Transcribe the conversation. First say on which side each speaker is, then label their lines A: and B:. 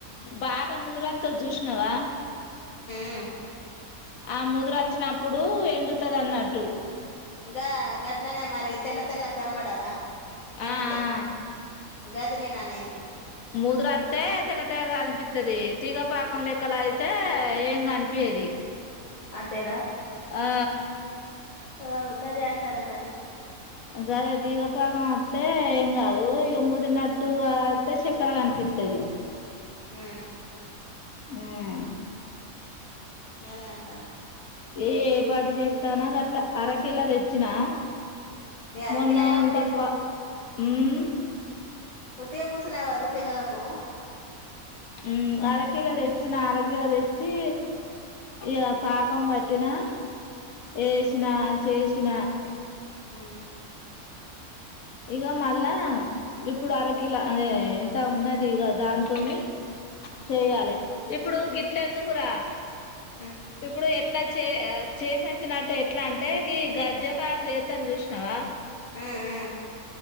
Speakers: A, on the left (about 70°); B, on the left (about 25°).
A: బాగా ముదురొత్తది చూసినావా
B: ఉ
A: ఆ ముదురు అచ్చినప్పుడు ఎండుతది అన్నట్టు
B: గా గట్లనే మరి తెల్ల తెల్లగా గనపడదా ఎండుతే
A: ఆ ఆ
B: గది నేననేది
A: ముదురత్తే తెల్లతెల్లగ అనిపిత్తది తీగ పాకం లెక్కల అయితే ఏం కనిపియది
B: అంతేనా
A: ఆ
B: ఆ కదే అన్ తను మరి
A: గదే తీగ పాకం అత్తే ఏం గాదు ఇగ ముదిరినట్టు అత్తె చెక్కర కనిపిత్తది
B: ఉ ఉ
A: మ్
B: గదే అంటానా
A: ఏ ఏ పాటు చేత్తానా గట్లా అరకిలో దెచ్చినా
B: ఈ అరకిలైనా
A: మొన్న ఎంతప
B: ఉట్టిగు
A: మ్
B: ఉట్టిగా కూసునే బదులు పిల్లలకు
A: ఉమ్ అరకిలో తెచ్చిన అరకిలో తెచ్చి ఇగ పాకం బట్టినా ఏష్ నా చేస్ తిన
B: మ్
A: ఇగ మళ్ళా ఇప్పుడు అరకిలా అదే ఎంత ఉన్నది ఇగ దాంతోని చెయ్యలే
B: ఉమ్
A: ఇప్పుడు గిట్లెందుకురా
B: ఉమ్
A: ఇప్పుడు ఎట్లా చే చేసచ్చినట్టు ఎట్లా అంటే గీ గర్జకాయలు చేత్తరు చూసినావా
B: ఉ ఉ